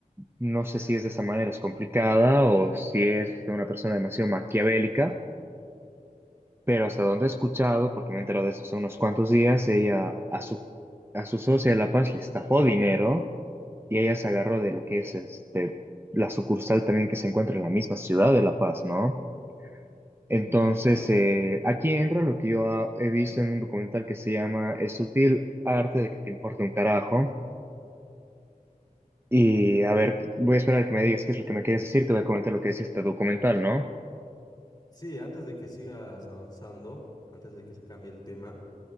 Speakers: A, on the right; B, on the left.
A: no sé si es de esa manera, es complicada o si es una persona demasiado maquiavélica, pero hasta donde he escuchado, porque me he enterado de eso hace unos cuantos días, ella a su, a su socia de La Paz le estafó dinero y ella se agarró de lo que es este, la sucursal también que se encuentra en la misma ciudad de La Paz, ¿no? Entonces,
B: Bueno,
A: eh, aquí entra lo que yo ha- he visto en un documental que se llama El sutil arte de que te importe un carajo. Y a ver, voy a esperar que me digas qué es lo que me quieres decir, te voy a comentar lo que es este documental, ¿no?
B: sí, antes de que sigas avanzando, antes de que se cambie el tema.